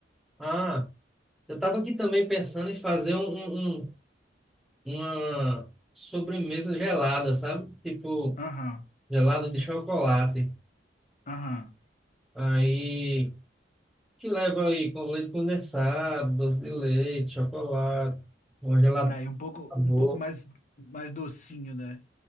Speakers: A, in the centre; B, on the left (about 45°).
A: Ah, eu estava aqui também pensando em fazer um, um- um- uma sobremesa gelada, sabe? Tipo,
B: Aham,
A: gelada de chocolate.
B: aham.
A: Aí, que leva aí com leite condensado, doce de leite, chocolate, uma gelada
B: Aí um pouco,
A: sabor.
B: um pouco mais, mais docinho, né?